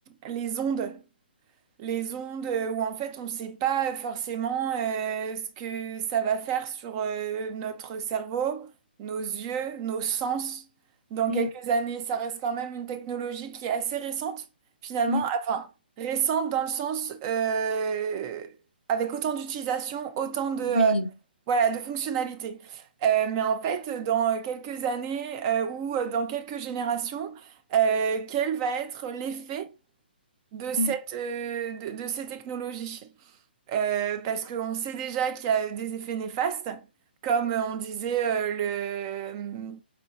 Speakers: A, on the right; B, on the left.
A: les ondes. Les ondes où en fait on ne sait pas forcément euh, ce que ça va faire sur euh, notre cerveau, nos yeux, nos sens. Dans
B: Mm,
A: quelques années, ça reste quand même une technologie qui est assez récente, finalement.
B: mm.
A: Enfin, récente dans le sens euh, avec autant d'utilisation, autant de... euh,
B: Oui.
A: voilà, de fonctionnalités. Euh, mais en fait, dans quelques années euh, ou dans quelques générations, euh, quel va être l'effet de cette,
B: Mm,
A: euh, de, de ces technologies? Euh, parce qu'on sait déjà qu'il y a des effets néfastes, comme on disait euh,